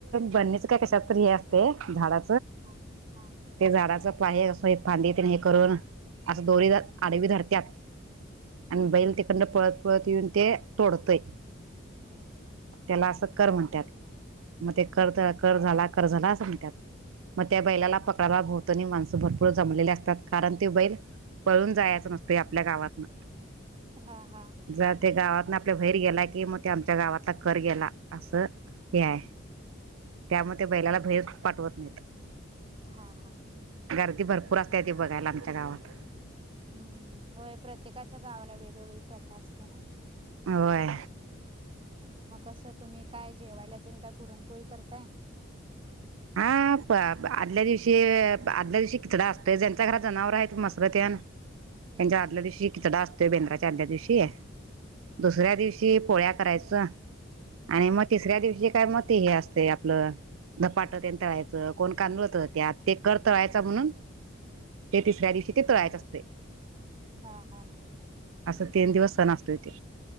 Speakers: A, on the right; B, on the right.
A: बनणीच काय कशात हे असते झाडा
B: ह
A: ते झाडाचं पाय असं हे फांदी हे करून असं दोरी
B: हम्म
A: आडवी धरतात
B: हम्म
A: आणि बैल तेखंड पळत पळत येऊन ते तोडतय
B: हम्म हम्म
A: त्याला असं कर म्हणतात मग ते
B: हम्म
A: कर
B: हम्म
A: कर झाला झाला म्हणतात मग त्या बैलाला पकडाला भोतनी माणसं भर जमलेले असतात कारण ते बैल पळून जायचं नसते आपल्या गावातन
B: हा हा
A: जर ते गावातन आपल्या भैर गेला की मग ते आमच्या गावातला कर गेला असं हय त्यामुळे ते बैलाला बाहेर पाठवत नाहीत
B: हां हा
A: गर्दी भरपूर असते ती बघायला आमच्या गावात
B: हम्म होय प्रत्येकाच्या गावाला वेगवेगळी प्रथा असते ना
A: होय
B: मग कसं तुम्ही काय जेवायला ते काय पुरणपोळी करताय
A: हा आदल्या दिवशी आदल्या दिवशी किचडा असतोय ज्यांच्या घराात जनावर आहे मसरत
B: हम्म
A: पंजादला द दिवशी किता दसतेय बिंदरा च्या आदल्या दिवशीय
B: हम्म हम्म
A: दुसऱ्या दिवशी पोळ्या करायचं
B: हम्म
A: आणि
B: हम्म.
A: मग तिसऱ्या दिवशी काय म ते हे असत आपलं धपाट त्यां तळायचं कोण तांदुळत त्यात ते कर तळायच म्हणून ते तिसऱ्या दिवशी ते तळायच असते
B: हा हा
A: असं तीन दिवस
B: मग
A: सण असतो इथे